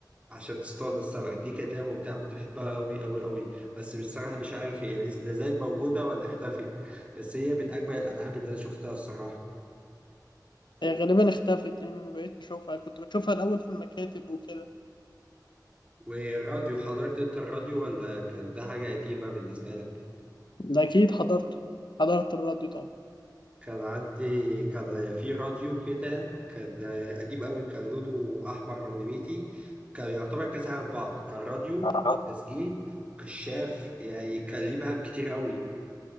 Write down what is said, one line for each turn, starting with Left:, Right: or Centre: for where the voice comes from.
Right: عشان تصطاد السمك دي كانت لعبه ممتعه كنت بحبها قوي قوي قوي بس بصراحه مش عارف هي لز- لا زالت موجوده ولا اختفت بس هي من اجمل الالعاب اللي انا شفتها الصراحه
Left: هي غالبا اختفت لاني ما بقيتش اشوفها كنت بشوفها الاول في المكاتب وكده
Right: والراديو حضرت انت الراديو ولا كان ده حاجه قديمه بالنسبه لك
Left: ده اكيد حضرته حضرت الراديو طبعا
Right: كان عندي كان في راديو كده كان قديم قوي كان لونه احمر او نبيتي كان يعتبر كذا حاجه في بعض كان راديو
Left: آه،
Right: وتسجيل وكشاف يعني كان ليه مهام كتير قوي